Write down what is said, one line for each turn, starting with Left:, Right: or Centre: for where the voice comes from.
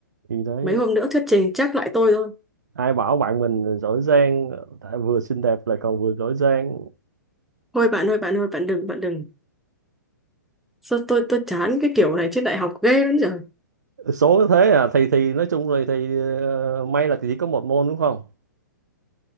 Right: thì đấy
Centre: mấy hôm nữa thuyết trình chắc lại tôi thôi
Right: ai bảo bạn mình giỏi giang tại vừa xinh đẹp lại còn vừa giỏi giang
Centre: thôi bạn ơi bạn ơi bạn đừng bạn đừng sao tôi tôi chán cái kiểu này trên đại học ghê lắm giờ
Right: số thế à thì thì nói chung là thì ờ, may là chỉ có một môn đúng không